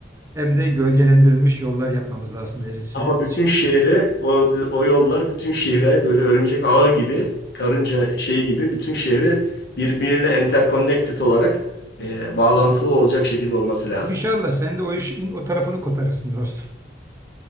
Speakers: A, on the right; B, on the left.
A: hem de gölgelendirilmiş yollar yapmamız lazım ilerisi
B: Ama bütün
A: için.
B: şehre o, o yollar bütün şehre böyle örümcek ağı gibi karınca şeyi gibi bütün şehri birbiriyle interconnected olarak e, bağlantılı olacak şekilde olması lazım.
A: İnşallah sen de o işin o tarafını kotarırsın dostum.